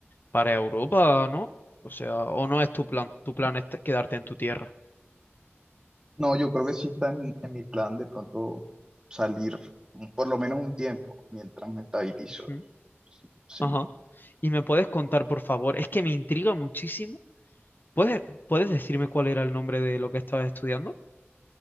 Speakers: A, on the left; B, on the right.
A: para Europa, ¿no? O sea, o no es tu plan. Tu plan es te- quedarte en tu tierra.
B: no, yo creo que sí está en, en mi plan de pronto salir un- por lo menos un tiempo mientras me estabilizo.
A: Ujú.
B: Sí.
A: Ajá. ¿Y me puedes contar, por favor? Es que me intriga muchísimo. ¿Puedes, puedes decirme cuál era el nombre de lo que estabas estudiando?